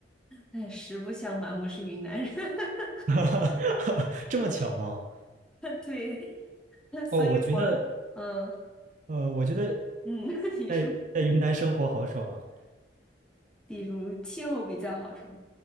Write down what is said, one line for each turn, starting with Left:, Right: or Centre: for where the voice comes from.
Centre: 哎，实不相瞒，我是云南人，<laughs>
Right: <laughs> 这么巧吗？
Centre: 对，<laughs> 所以我，
Right: 哦，我觉得
Centre: 嗯
Right: 呃，我觉得
Centre: 嗯，<laughs> 你说，
Right: 在在云南生活好爽啊。
Centre: 比如气候比较好说，